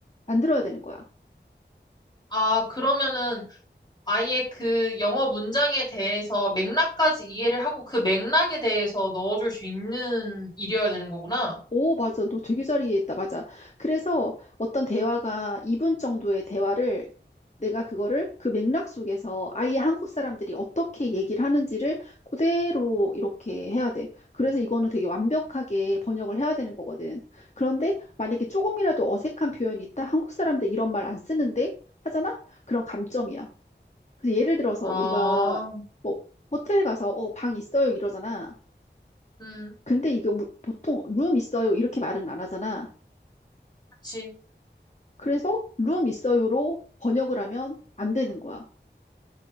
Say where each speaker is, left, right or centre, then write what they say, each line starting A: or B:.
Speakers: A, on the left; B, on the left.
A: 만들어야 되는 거야.
B: 아, 그러면은 아예 그 영어 문장에 대해서 맥락까지 이해를 하고 그 맥락에 대해서 넣어줄 수 있는 일이어야 되는 거구나.
A: 오, 맞아. 너 되게 잘 이해했다. 맞아. 그래서 어떤 대화가 2분 정도의 대화를 내가 그거를 그 맥락 속에서 아예 한국 사람들이 어떻게 얘기를 하는지를 그대로 이렇게 해야 돼. 그래서 이거는 되게 완벽하게 번역을 해야 되는 거거든. 그런데 만약에 조금이라도 어색한 표현이 있다? 한국 사람들 이런 말 안 쓰는데? 하잖아? 그런 감점이야. 그래서 예를 들어서
B: 아,
A: 우리가 뭐 호텔에 가서 어, 방 있어요 이러잖아.
B: 음,
A: 근데 이게 우- 보통 룸 있어요 이렇게 말은 안 하잖아.
B: 그치.
A: 그래서 룸 있어요로 번역을 하면 안 되는 거야.